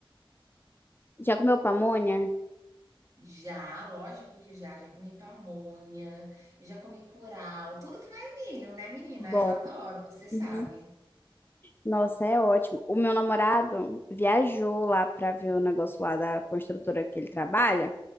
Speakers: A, on the left; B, on the right.
A: Já comeu pamonha?
B: já, lógico que já. Já comi pamonha, já comi curau, tudo que vai milho, né, menina?
A: Bom.
B: Eu adoro, você sabe.
A: Uhum. Nossa, é ótimo. O meu namorado viajou lá pra ver o negócio lá da construtora que ele trabalha.